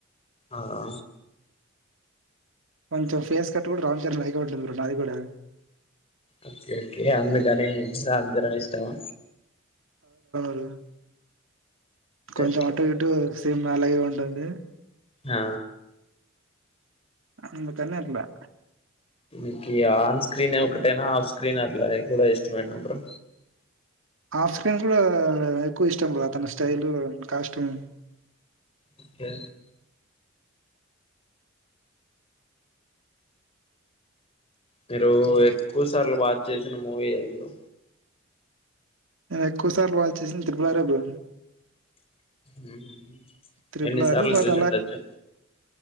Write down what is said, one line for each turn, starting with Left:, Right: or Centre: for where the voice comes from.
Left: ఆ ఆ
Right: కొంచెం ఫేస్ కట్ కూడా రామ్ చరణ్ లాగానే ఉంటది బ్రో నాది కూడా
Left: ఓకే ఓకే యా అందు కని రాంచరణ్ ఇష్టమా
Right: ఉమ్ కొంచెం
Left: ఓకే
Right: ఆట గటు సినిేమ్న అలాగే ఉంటుంది
Left: ఆ
Right: అందు తనేర్లా
Left: ఇకు ఆన్ స్క్రీన్ ఒకటేనా ఆఫ్ స్క్రీన్ అట్లా కూడా ఇష్టమేనా బ్ర
Right: ఆఫ్ స్క్రీన్ కూడా ఎక్కువ ఇష్టం బతన స్టైల్ కాస్ట్యూమ్
Left: ఓకే మీరు ఎకు సార్లు వాచ్ చేసిన మూవీ ఏది బ్రో
Right: నేను ఎక్కువ సార్లు వాచ్ చేసింది ట్రిబులారే బ్రో
Left: మ్మ్
Right: త్రిబుల్
Left: ఎన్ని
Right: ఆర్
Left: సార్లు
Right: బట్
Left: చూసిండచ్చు